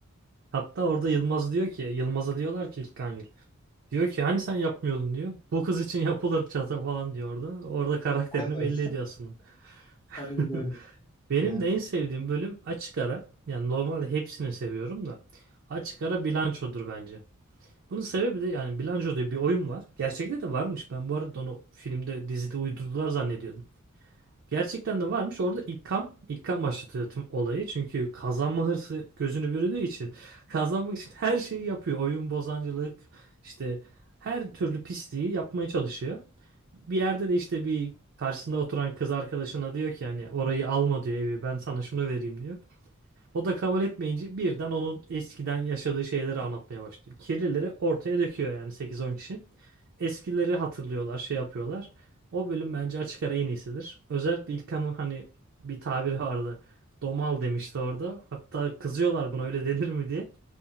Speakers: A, on the right; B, on the left.
A: Hatta orada Yılmaz diyor ki, Yılmaz'a diyorlar ki İlkan Yıl. Diyor ki hani sen yapmıyordun diyor. Bu kız için yapılır çata falan diyor orada. Orada karakterini
B: Aynen.
A: belli ediyor aslında.
B: <laughs> Aynen
A: <laughs>
B: öyle.
A: Benim
B: Yani
A: de en sevdiğim bölüm açık ara. Yani normalde hepsini seviyorum da. Açık ara bilançodur bence. Bunun sebebi de yani Bilanço diye bir oyun var. Gerçekte de varmış. Ben bu arada onu filmde, dizide uydurdular zannediyordum. Gerçekten de varmış. Orada İlkan, İlkan başlatıyor tüm olayı. Çünkü kazanma hırsı gözünü bürüdüğü için <laughs> kazanmak için her şeyi yapıyor. Oyun bozancılık, işte her türlü pisliği yapmaya çalışıyor. Bir yerde de işte bir karşısında oturan kız arkadaşına diyor ki yani orayı alma diyor evi ben sana şunu vereyim diyor. O da kabul etmeyince birden onun eskiden yaşadığı şeyleri anlatmaya başlıyor. Kirlileri ortaya döküyor yani 8-10 kişi. Eskileri hatırlıyorlar, şey yapıyorlar. O bölüm bence açık ara en iyisidir. Özellikle İlkan'ın hani bir tabiri vardı. Domal demişti orada. Hatta kızıyorlar buna öyle denir mi diye.